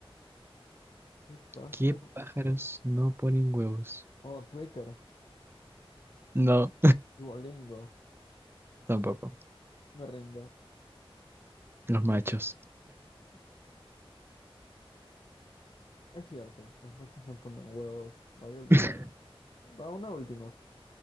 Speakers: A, on the left (about 55°); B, on the right (about 25°).
A: ¿Qué pájaro?
B: ¿Qué pájaros no ponen huevos?
A: Oh, Twitter.
B: No,
A: Duolingo.
B: tampoco.
A: Me rindo.
B: Los machos.
A: Es cierto, los machos no ponen huevos. Lo había olvidado.
B: <laughs>
A: Va, una última.